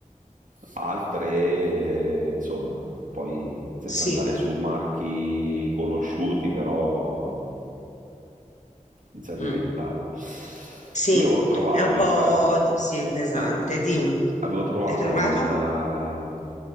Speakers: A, on the right; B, on the left.
A: Altre, eh, insomma, poi senza
B: sì.
A: andare su marchi conosciuti, però inizia a diventare.
B: mm. Sì,
A: Io ho trovato
B: è un po'
A: in, ca-
B: d- sì, pesante.
A: eh,
B: Dimmi,
A: avevo trovato
B: hai trovato?
A: in, ehm,